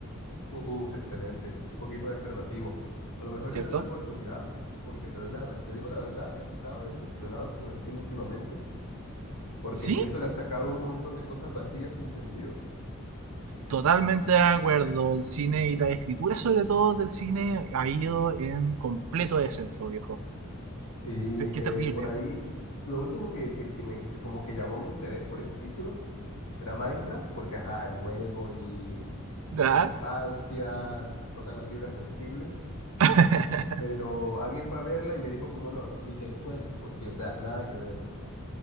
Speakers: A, on the left; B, on the right.
A: Uf, excelente. Un poquito de alternativo. A lo mejor
B: ¿cierto?
A: le doy la oportunidad, porque te doy la, te digo la verdad, he estado decepcionado con el cine últimamente. porque
B: Sí,
A: siento que han sacado un montón de cosas vacías sin sentido.
B: Totalmente de acuerdo, el cine y la escritura sobre todo del cine ha ido en completo descenso, viejo.
A: Y
B: Qué, qué
A: eh,
B: terrible.
A: por ahí, lo último que, que- que me, que como que llamó mi interés por el título era Minecraft, porque ajá, el juego y
B: ¿verdad?
A: la infancia tocan la fibra sensible,
B: <laughs>
A: pero alguien fue a verla y me dijo como no, no, ni te esfuerces porque, o sea, nada que ver.